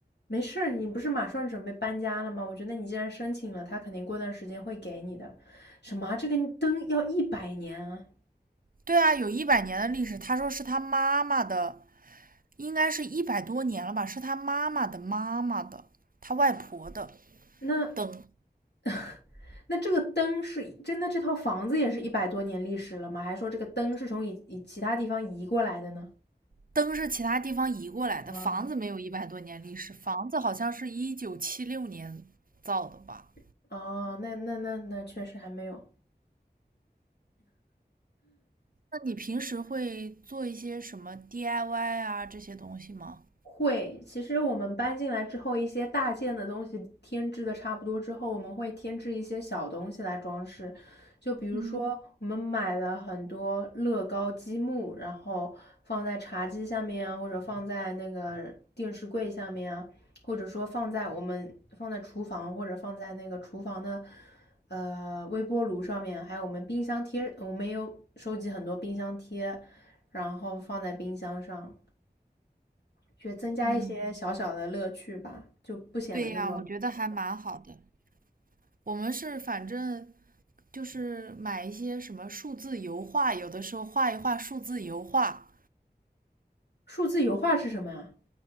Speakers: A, on the left; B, on the right.
A: 没事儿，你不是马上准备搬家了吗？我觉得你既然申请了，他肯定过段时间会给你的。什么啊这个灯要一百年啊？
B: 对啊，有一百年的历史。他说是他妈妈的应该是一百多年了吧，是他妈妈的妈妈的，他外婆的
A: 那
B: 灯。
A: <laughs> 那这个灯是真的？这套房子也是一百多年历史了吗？还是说这个灯是从以以其他地方移过来的呢？
B: 灯是其他地方移过来的，
A: 啊
B: 房子没有一百多年历史，房子好像是一九七六年造的吧？
A: <laughs>，哦，那那那那确实还没有。
B: 那你平时会做一些什么 DIY 啊这些东西吗？
A: 会，其实我们搬进来之后，一些大件的东西添置的差不多之后，我们会添置一些小东西来装饰。就比如说，
B: 嗯
A: 我们买了很多乐高积木，然后放在茶几下面啊，或者放在那个电视柜下面啊，或者说放在我们放在厨房，或者放在那个厨房的呃微波炉上面，还有我们冰箱贴，我们也有收集很多冰箱贴，然后放在冰箱上。觉得增加一些小小的乐趣吧，
B: 嗯，
A: 就不显得那么。
B: 对呀，我觉得还蛮好的。我们是反正就是买一些什么数字油画，有的时候画一画数字油画，
A: 数字油画是什么呀？